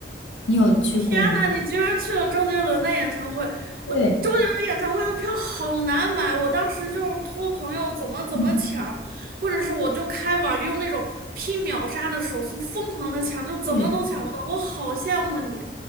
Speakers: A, on the left; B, on the right.
A: 你有去过吗？
B: 天呐，你居然去了周杰伦的演唱会！
A: 对，
B: 我周杰伦演唱会的票好难买，我当时就是托朋友怎么怎么抢，
A: 嗯，
B: 或者是我就开网用那种拼秒杀的手速疯狂的抢，就怎么都抢不到。
A: 对，
B: 我好羡慕你，